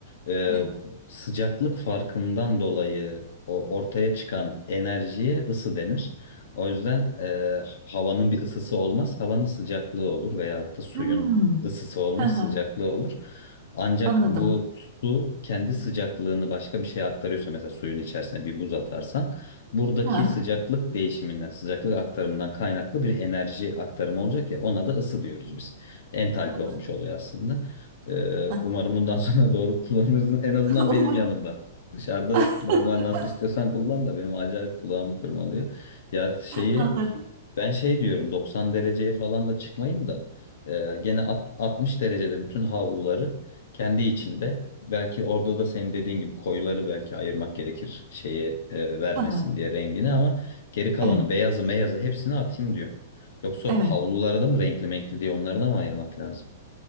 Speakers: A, on the left; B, on the right.
A: Ee,
B: Evet.
A: sıcaklık farkından dolayı o ortaya çıkan enerjiye ısı denir. O yüzden e, havanın bir ısısı olmaz, havanın sıcaklığı olur veyahut da suyun
B: Hmm.
A: ısısı olmaz,
B: Hı hı.
A: sıcaklığı olur. Ancak
B: Anladım.
A: bu su kendi sıcaklığını başka bir şeye aktarıyorsa mesela suyun içerisine bir buz atarsan buradaki
B: Ha,
A: sıcaklık değişiminden, sıcaklık aktarımından kaynaklı bir enerji aktarımı olacak ya ona da ısı diyoruz biz. Entalpi
B: anladım.
A: olmuş oluyor aslında. Ee, umarım
B: <laughs>
A: bundan sonra <laughs> doğru kullanırsın. En azından
B: Umarım
A: benim yanımda. Dışarıda
B: <laughs>
A: normal nasıl istiyorsan kullan da benim acayip kulağımı tırmalıyor. Ya şeyi
B: anladım.
A: ben şey diyorum 90 dereceye falan da çıkmayayım da e, gene at- 60 derecede bütün havluları kendi içinde belki orada da senin dediğin gibi koyuları belki ayırmak gerekir şeye e, vermesin
B: <laughs>
A: diye rengini ama geri kalanı
B: Evet,
A: beyazı meyazı hepsini atayım diyor. Yoksa
B: evet.
A: havlulara da mı renkli menkli diye onları da mı ayırmak lazım?